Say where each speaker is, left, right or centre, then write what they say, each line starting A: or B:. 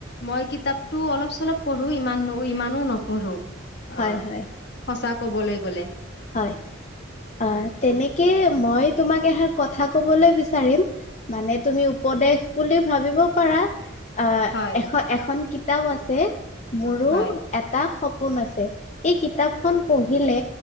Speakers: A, on the left (about 60°); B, on the left (about 35°).
A: মই কিতাপতো অলপ চলপ পঢ়োঁ ইমান ইমানো নপঢ়োঁ।
B: হয়,
A: অহ
B: হয়,
A: সঁচা ক'বলৈ গ'লে
B: হয়, আহ তেনেকে মই তোমাক এহাৰ কথা কবলৈ বিচাৰিম মানে তুমি উপদেশ বুলি ভাবিব পাৰা। অ,
A: হয়
B: এ এখন কিতাপ কিতাপ আছে মোৰো
A: হয়
B: এটা শব সপোন আছে এই কিতাপখন পঢ়িলে